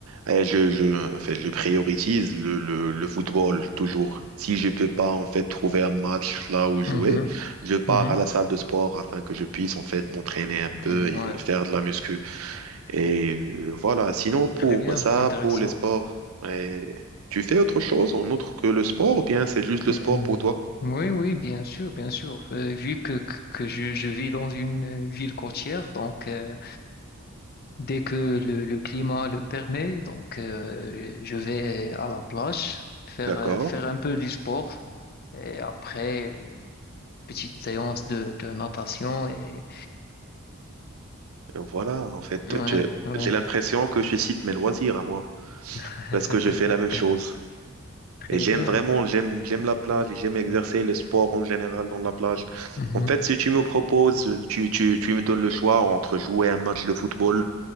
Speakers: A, on the right; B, on the left.
A: Eh, je, je, en fait, je priorise le, le, le football toujours. Si je peux pas en fait trouver un match là où jouer,
B: Mhm.
A: je pars
B: Mhm.
A: à la salle de sport afin que je puisse en fait m'entraîner un
B: Mhm.
A: peu et
B: Ouais,
A: faire de la muscu. Et euh, voilà. Sinon pour
B: très bien,
A: ça,
B: intéressant.
A: pour les sports, eh, tu fais autre chose en autre que le sport ou bien c'est juste le
B: Mhm.
A: sport pour toi?
B: Oui, oui, bien sûr, bien sûr. Euh, vu que, que que je, je vis dans une euh, ville côtière, donc euh, dès que le, le climat le permet, donc euh, je vais à la plage faire,
A: D'accord.
B: euh, faire un peu du sport et après une petite séance de, de natation et
A: Et Voilà. En fait,
B: ouais,
A: je-
B: ouais,
A: j'ai l'impression que je cite mes loisirs à moi
B: <laughs>
A: parce que je fais la même chose.
B: très
A: Et j'aime
B: bien.
A: vraiment, j'aime, j'aime la plage, et j'aime exercer le sport en général dans la plage.
B: Mhm.
A: En fait, si tu me proposes, tu, tu, tu me donnes le choix entre jouer un match de football